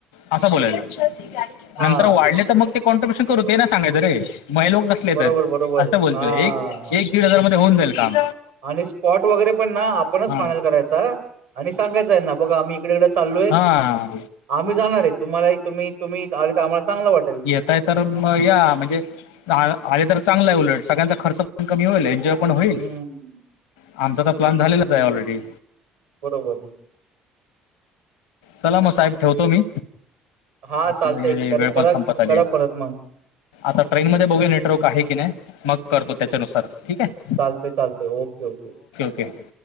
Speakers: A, on the left; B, on the right.
A: असं बोलायच,
B: हा
A: नंतर वाढले तर मग ते कॉन्ट्रिब्युशन करू, ते नाही सांगायचं रे म
B: बरोबर बरोबर
A: असं बोलतोय,
B: हा
A: एक दीड हजार मध्ये होऊन जाईल काम.
B: आणि स्पॉट वगैरे पण ना आपणच
A: हा
B: फायनल करायचा, आणि सांगायच हेना, बघा आम्ही इकडे ईकडे चलोय
A: हा
B: आम्ही जाणार आहे, तुम्हाला तुम्ही तुम्ही आलात तर आम्हाला चांगलं वाटल.
A: नाही तर म या, म्हणजे आले तर चांगलं आहे, उलट सगळ्यांचा खर्च पण कमी होईल आणि पण होईल,
B: हम्म
A: आमचा तर प्लन झालेलाच आहे ऑलरेडी.
B: बरोबर.
A: चला मग साहेब ठेवतो मी,
B: हा
A: आपले
B: चालतंय कर
A: वेळ
B: करा
A: पण संपत आली
B: करा
A: आहे.
B: परत मग
A: आता ट्रेन मध्ये बघूया नेटवर्क आहे की नाही, मग करतो त्याच्यानुसार ठीक आहे.
B: चालतंय चालतंय, ओके ओके.
A: ओके.